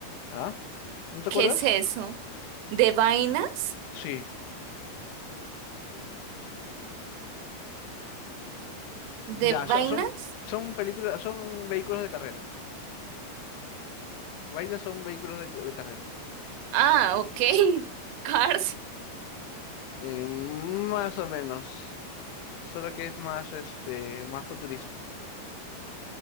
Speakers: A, on the left; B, on the right.
A: ¿Ah? ¿No te
B: ¿Qué
A: acuerdas?
B: es eso? ¿De vainas?
A: Sí. Ya,
B: ¿De vainas?
A: so- son, son, películas, son vehículos de carreras. Vainas son vehículos de, de carreras.
B: Ah, ok. <laughs> Cars.
A: Eh, más o menos. Solo que es más, este, más futurista.